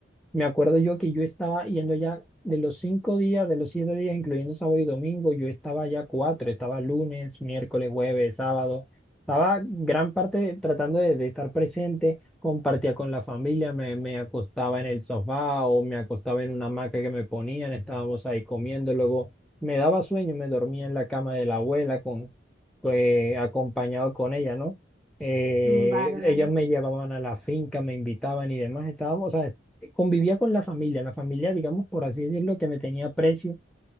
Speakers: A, in the centre; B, on the right.
A: me acuerdo yo que yo estaba yendo ya de los cinco días, de los siete días, incluyendo sábado y domingo, yo estaba ya cuatro, estaba lunes, miércoles, jueves, sábado, estaba gran parte tratando de de estar presente compartía con la familia, me, me acostaba en el sofá o me acostaba en una hamaca que me ponían, estábamos ahí comiendo, luego me daba sueño, me dormía en la cama de la abuela con, pues, acompañado con ella, ¿no? Eh,
B: Mm, Vale, vale.
A: ellos me llevaban a la finca, me invitaban y demás, estábamos, o sea, convivía con la familia, la familia, digamos, por así decirlo, que me tenía precio.